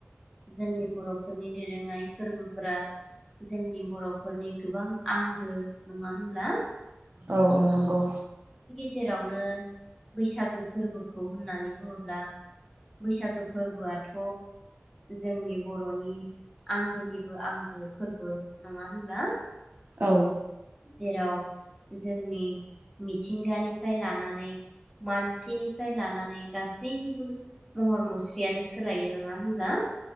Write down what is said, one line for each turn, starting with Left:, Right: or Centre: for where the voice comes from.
Centre: जोंनि बर'फोरनि दोरोङारि फोरबोफोरा जोंनि बर'फोरनि गोबां आंगो नङा होनब्ला
Right: औ औ नंगौ
Centre: जेरावनो बैसाग गो फोरबोखौ होननानै बुङोब्ला बैसागो फोरबोआथ' जोंनि बर'नि आंगोनिबो आंगो फोरबो नङा होनब्ला
Right: औ
Centre: जेराव जोंनि मिथिंगानिफ्राय लानानै मानसि बिनिफ्राय लानानै गासैनिबो महर मुस्रियानो सोलायो नङा होनब्ला